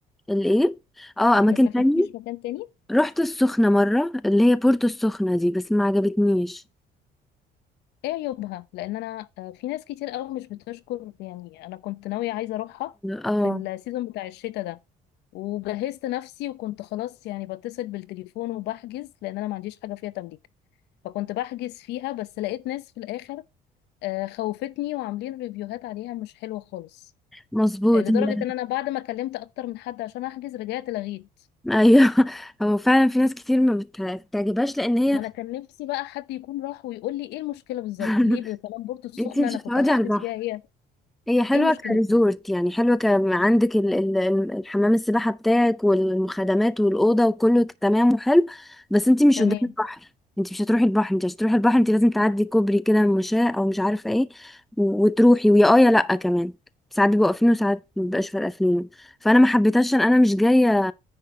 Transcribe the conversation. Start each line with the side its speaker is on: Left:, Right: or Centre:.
Centre: الايه اه اماكن
Left: ما سافرتيش
Centre: تانية
Left: مكان تاني
Centre: رحت السخنة مرة اللي هي بورتو السخنة دي بس ما عجبتنيش
Left: ايه عيوبها لان انا آه، في ناس كتير قوي مش بتشكر يعني انا كنت ناوية عايزة اروحها
Centre: اه
Left: في السيزون بتاع الشتاء ده وجهزت نفسي وكنت خلاص يعني بتصل بالتليفون وبحجز لان انا ما عنديش حاجة فيها تمليك فكنت بحجز فيها بس لقيت ناس في الاخر آه، خوفتني وعاملين ريفيوهات عليها مش حلوة خالص
Centre: مظبوط
Left: آه، لدرجة
Centre: هي
Left: ان انا بعد ما كلمت اكتر من حد عشان احجز رجعت لغيت
Centre: ايوه <laughs> هو فعلا في ناس كتير ما بت- بتعجبهاش لان هي
Left: ما انا كان نفسي بقى حد يكون راح ويقول لي ايه المشكله بالظبط
Centre: <laughs>
Left: ليه بكلام بورتو السخنه
Centre: انتي مش
Left: انا
Centre: هتقعدي
Left: كنت هحجز
Centre: على البحر
Left: فيها هي
Centre: هي حلوه
Left: ايه مشكلتها
Centre: كريزورت يعني حلوه ك... عندك ال... ال... ال- الحمام السباحه بتاعك والمخدمات والاوضه وكله تمام وحلو بس انتي مش
Left: تمام
Centre: قدام البحر انتي مش هتروحي البحر انتي عشان تروحي البحر انتي لازم تعدي كوبري كده مشاة او مش عارفه ايه و- وتروحي ويا اه يا لا كمان ساعات بيبقوا قافلينه وساعات مبيبقاش فارقة قافلينه فانا ما حبيتهاش عشان انا مش جايه